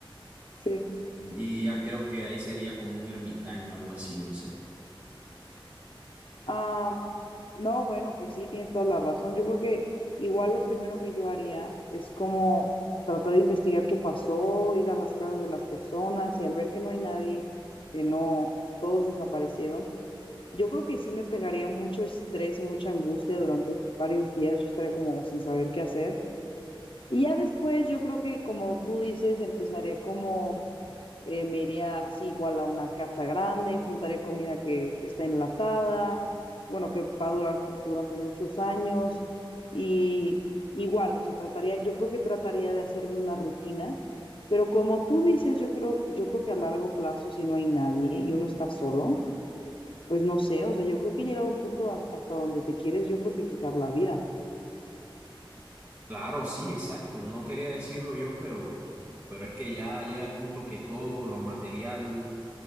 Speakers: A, on the left; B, on the right.
A: sí.
B: Y ya creo que ahí sería como un ermitaño, algo así, no sé.
A: Ah, No, bueno, pues sí, tienes toda la razón. Yo creo que igual lo primero que yo haría es como tratar de investigar qué pasó, ir a las casas de las personas y al ver que no hay nadie, que no, todos desaparecieron, yo creo que sí me pegaría mucho estrés y mucha angustia durante varios días. Yo estaría como sin saber qué hacer. Y ya después yo creo que como tú dices, empezaría como eh, me iría, sí, igual a una casa grande, juntaría comida que está enlatada, bueno, que va a durar por- durante muchos años y igual, o sea, trataría, yo creo que trataría de hacerme una rutina, pero como tú dices, yo creo, yo creo que a largo plazo, si no hay nadie y uno está solo, pues no sé, o sea, yo creo que he llegado a un punto a- hasta donde te quieres, yo creo que quitar la vida.
B: Claro, sí, exacto. No quería decirlo yo, pero, pero es que ya llega el punto que todo lo material